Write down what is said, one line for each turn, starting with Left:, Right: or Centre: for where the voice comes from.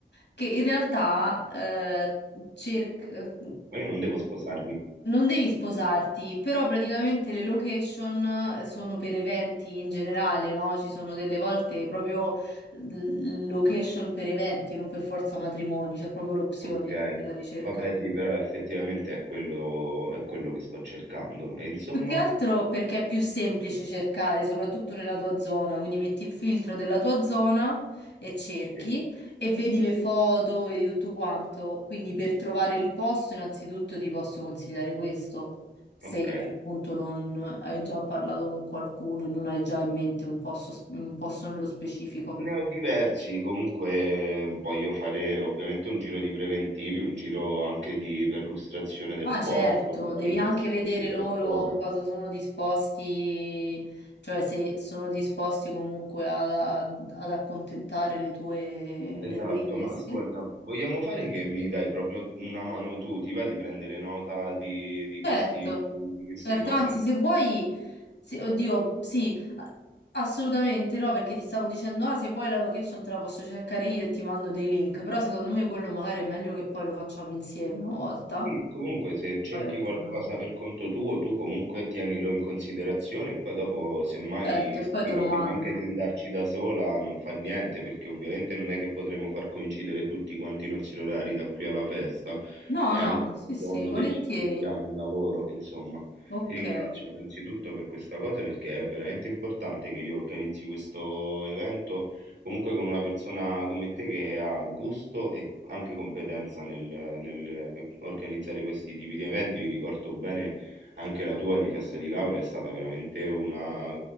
Left: che in realtà eh, cerca...
Right: Ma io non devo sposarmi.
Left: Non devi sposarti, però praticamente le location sono per eventi in generale, no? Ci sono delle volte proprio l- location per eventi, non per forza matrimoni, c'è proprio l'opzione
Right: Ok.
Left: per la ricerca.
Right: Vabbè, sì, però effettivamente è quello, è quello che sto cercando. E insomma,
Left: Più che altro perché è più semplice cercare, soprattutto nella tua zona, quindi metti il filtro della tua zona e cerchi
Right: Sì.
Left: e vedi le foto, vedi tutto quanto. Quindi per trovare il posto, innanzitutto ti posso consigliare questo, se
Right: ok.
Left: appunto non hai già parlato con qualcuno e non hai già in mente un posto, un posto nello specifico.
Right: Ne ho diversi, comunque ehm, voglio fare ovviamente un giro di preventivi, un giro anche di perlustrazione del
Left: Ah,
Right: posto,
Left: certo,
Right: di vari
Left: devi
Right: posti
Left: anche vedere
Right: di persona.
Left: loro cosa sono disposti, cioè se sono disposti comunque ad, ad- ad accontentare le tue,
Right: Esatto,
Left: le tue richieste.
Right: ma ascolta, vogliamo fare che mi dai proprio una mano tu, ti va di prendere nota di, di questi,
Left: Certo,
Right: di queste
Left: certo,
Right: cose
Left: anzi, se vuoi, se- oddio, sì, a- assolutamente no, perché ti stavo dicendo, ah, se vuoi la location te la posso cercare io e ti mando dei link, però secondo me quello magari è meglio che poi lo facciamo insieme una volta.
Right: Sì, comunque se cerchi
Left: Poi
Right: qualcosa
Left: te lo-
Right: per conto tuo, tu comunque tienilo in considerazione e poi dopo semmai
Left: Certo, e
Right: se
Left: poi
Right: ti
Left: te lo
Right: capita
Left: mando.
Right: anche di andarci da sola non fa niente perché ovviamente non è che potremo far coincidere tutti quanti i nostri orari da qui alla festa,
Left: No,
Right: è
Left: no,
Right: anche
Left: sì,
Right: buono
Left: sì, volentieri.
Right: che ci diamo il lavoro, insomma.
Left: Ok,
Right: Ti ringrazio innanzitutto per questa cosa perché è veramente importante che io organizzi questo evento comunque con una persona come te che ha gusto e anche competenza nel, nel organizzare questi tipi di eventi, vi ricordo bene anche la tua di festa di laurea è stata veramente una,